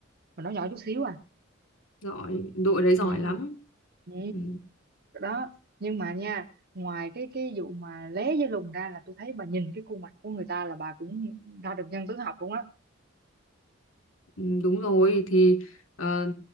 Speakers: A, on the right (about 50°); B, on the left (about 85°).
A: mà nó nhỏ chút xíu à
B: Giỏi, đội đấy giỏi
A: ừ.
B: lắm.
A: Ừ.
B: Ừ.
A: đó nhưng mà nha ngoài cái cái vụ mà lé với lùn ra là tôi thấy bà nhìn cái khuôn mặt của người ta là bà cũng ra được nhân tướng học luôn á
B: Ừ, đúng rồi thì ờ,